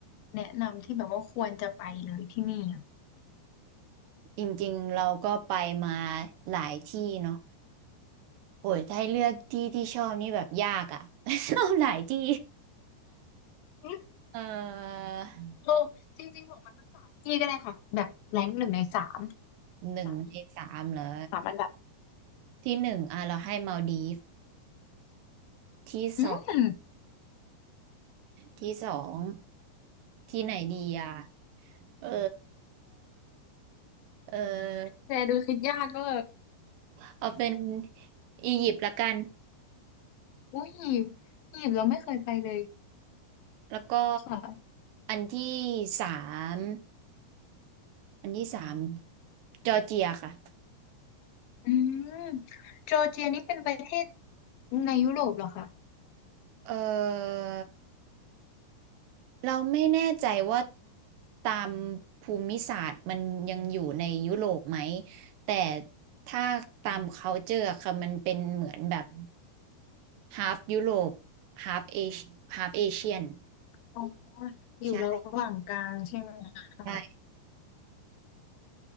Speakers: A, on the left (about 70°); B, on the right (about 80°).
A: แนะนำที่แบบว่าควรจะไปเลยที่นี่อะ
B: จริงๆเราก็ไปมาหลายที่เนาะโอ้ยถ้าให้เลือกที่ที่ชอบนี่แบบยากอ่ะ <laughs> ชอบหลายที่
A: อืม
B: เออ
A: โอ้จริงๆบอกมาสักสามที่ก็ได้ค่ะแบบแรงหนึ่งในสาม
B: หนึ่งในสามเหรอ
A: สามที่สามอันดับ
B: ที่หนึ่งอ่ะเราให้มัลดีฟที่สอง
A: อืม
B: ที่สองที่ไหนดีอ่ะเออเออ
A: แต่ดูคิดยากก็
B: เอาเป็นอียิปต์ละกัน
A: อุ้ยอียิปต์เราไม่เคยไปเลย
B: แล้วก็
A: ค่ะ
B: อันที่สามอันที่สามจอร์เจียค่ะ
A: อืม จอร์เจียนี่เป็นประเทศในยุโรปเหรอคะ
B: เออเราไม่แน่ใจว่าตามภูมิศาสตร์มันยังอยู่ในยุโรปไหมแต่ถ้าตาม culture อะค่ะมันเป็นเหมือนแบบ half ยุโรป half Asia half Asian
A: อ๋ออยู่ระหว่างกลางใช่ไหมคะ
B: ใช่ใช่